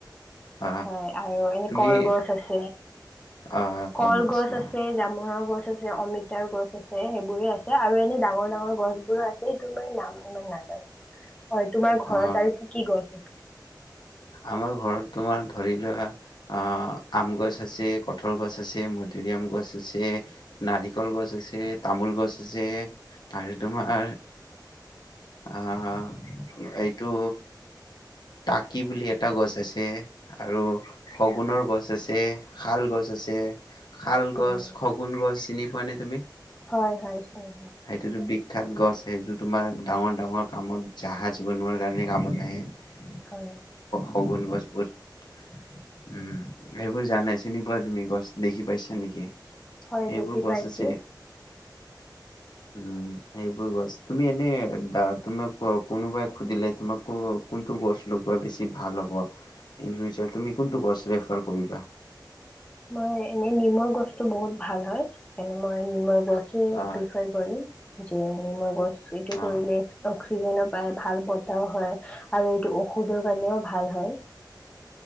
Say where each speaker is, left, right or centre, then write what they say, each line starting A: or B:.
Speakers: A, on the left (about 65°); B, on the left (about 15°).
A: অ',
B: হয় আৰু এনে
A: তুমি
B: কলগছ আছ।
A: অ',
B: কলগছ
A: অ',
B: আছে জাম নাহৰ গছ আছে অমিতাৰ গছ আছে, সেইবোৰে আছে আৰু এনে ডাঙৰ ডাঙৰ গছ বোৰো আছে। এইটো মই নাম ইমান নাজানো। হয় তোমাৰ ঘৰত
A: অ',
B: আৰু কি কি গছ আছে?
A: আমাৰ ঘৰত তোমাৰ ধৰি লোৱা অ আম গছ আছে কঁঠাল গছ আছে মধুৰিআম গছ আছে নাৰিকল গছ আছে তামোল গছ। যে আৰু তোমাৰ আহ এইটো তাক কি বুলি এটা গছ আছে আৰু শগুনৰ গছ আছে শাল গছ আছে। শাল
B: হয়
A: গছ, খগুন গছ চিনি পোৱা নে তুমি?
B: হয় হয় ঠিকেই
A: সেইটোতো বিখ্যাত গছ সেইটো তোমাৰ ডাঙৰ ডাঙৰ কামত জাহাজ বনোৱাৰ কাৰণে কামত আহে।
B: হয়
A: শগুন গছবোৰ। উম' সেইবোৰ জানাই চিনি পোৱা, তুমি গছ দেখি পাইছা নেকি?
B: হয়,
A: সেইবোৰ
B: দেখি
A: গছ
B: পাইছো।
A: আছে উম' সেইবোৰ গছ, তুমি এনেই তুমিক কোনোবাই সুধিলে, তোমাক কোনটো গছ লগোৱা বেছি ভাল হব। ইনফিউচাৰ তুমি কোণটো গছ প্ৰিফাৰ কৰিবা।
B: মই এনে নিমৰ গছতো বহুত ভাল হয়। সেইকাৰণে মই নিমৰ গছ যে
A: অ
B: টিউচন কৰি যে মই গৈছোঁ এইটো কৰিলে।
A: অ
B: জো। পায় ভাল বতাহও হয় আৰু এইটো ঔষধৰ কাৰণেও ভাল হয়